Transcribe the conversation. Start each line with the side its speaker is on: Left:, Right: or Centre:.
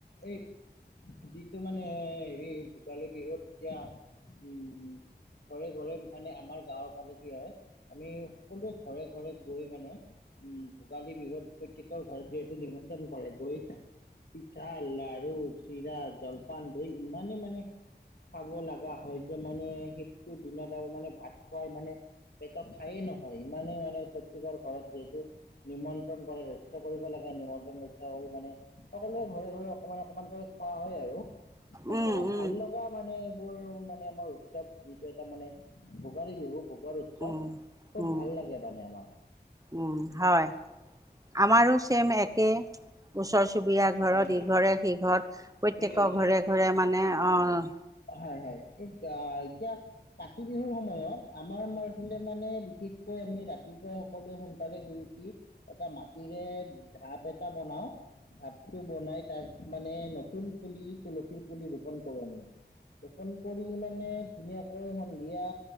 Left: এই যিটো মানে হেৰি ভোগালী বিহু তেতিয়া উ ঘৰে ঘৰে মানে আমাৰ গাঁৱৰ ফালে কি হয় আমি সকলোৱে ঘৰে ঘৰে গৈ মানে উ ভোগালী বিহুত প্ৰত্যেকৰ ঘৰত যিহেতু নিমন্ত্ৰণ কৰে গৈ। পিঠা লাৰু চিৰা জলপান দৈ ইমানেই মানে। খাব লাগা হয় যে মানে সেইটো দিনত আৰু মানে ভাত খোৱাৰ মানে। পেটত ঠায়েই নহয় ইমানেই মানে প্ৰত্যযকৰে ঘৰত যিহেতু নিমন্ত্ৰণ। ৰক্ষা কৰিব লাগে নিমন্ত্ৰণ ৰক্ষা কৰি মানে সকলোৱে ঘৰে ঘৰে অকমান অকমানকৈ খোৱা হয় আৰু। খুব
Right: উম,
Left: মানে
Right: উম,
Left: ভাল লগা মানে। মানে আমাৰ উৎসৱ যিটো এটা মানে ভোগালী বিহু। ডাঙৰ উৎসৱ
Right: উম,
Left: খুব
Right: উম,
Left: ভাল লাগে মানে আমাৰ।
Right: উম, হয় আমাৰো চছেম একে ওচৰ চুবুৰীয়া ঘৰত
Left: হয় হয়
Right: ইঘৰে সিঘৰত প্ৰত্যেকৰ
Left: ঠিকে কৈছা
Right: ঘৰে-ঘৰে মানে অহ,
Left: হয়-হয় এই এতিয়া কাতি বিহুৰ সময়ত আমাৰ ইফালে মানে বিশেষকৈ আমি ৰাতিপুৱা সকলোৱে সোনকালে শুই উঠি এটা মাটিৰে ঢাপ এটা বনাও। ঢাপটো বনাই তাত মানে নতুন পুলি তুলসীৰ পুলি ৰোপন কৰোঁ আমি। ৰোপন কৰি মানে ধুনীয়াকৈ সন্ধিয়া।